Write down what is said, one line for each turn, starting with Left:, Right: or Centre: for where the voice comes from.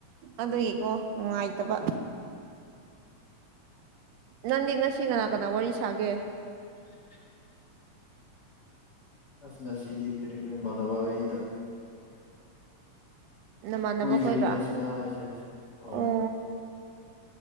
Right: ꯑꯗꯨꯒꯤꯀꯣ ꯅꯨꯡꯉꯥꯏꯇꯕ ꯅꯪꯗꯤ ꯉꯁꯤ ꯀꯅꯥ ꯀꯅꯥ ꯋꯥꯔꯤ ꯁꯥꯒꯦ
Left: <inaudible> ꯑꯁ ꯉꯁꯤꯗꯤ ꯀꯔꯤꯔꯦ ꯃꯥꯅꯕꯕꯥꯗ
Right: ꯅꯃꯥꯟꯅꯕ
Left: ꯀꯨꯏꯗ꯭ꯔꯤꯗ
Right: ꯑꯩꯈꯣꯏꯒ
Left: ꯁꯅꯥꯁꯦ ꯍꯣꯏ
Right: ꯑꯣ